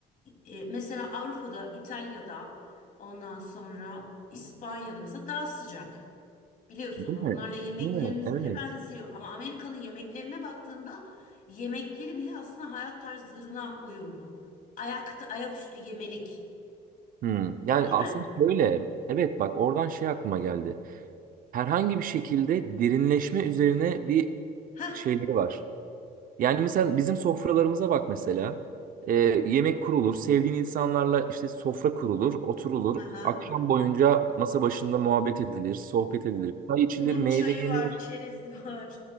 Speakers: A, on the left; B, on the right.
A: e, mesela Avrupa'da, İtalya'da, ondan sonra İspanya'da mesela daha sıcak. Biliyorsun
B: Bu
A: onlarla
B: ne?
A: yemeklerimiz
B: Bu ne? Evet.
A: bile benziyor. Ama Amerika'nın yemeklerine baktığında yemekleri bile aslında hayat tarzlarına uyumlu. Ayakta, ayaküstü yemelik.
B: Hmm. Yani
A: Değil
B: aslında
A: mi?
B: şöyle evet bak oradan şey aklıma geldi. Herhangi bir şekilde derinleşme üzerine bir
A: Heh.
B: şeyleri var. Yani mesela bizim sofralarımıza bak mesela. Ee, yemek kurulur, sevdiğin insanlarla işte sofra kurulur, oturulur.
A: Hı hı.
B: Akşam boyunca masa başında muhabbet edilir, sohbet edilir. Çay içilir,
A: Bunun
B: meyve
A: çayı
B: yenir.
A: var, çerezi var.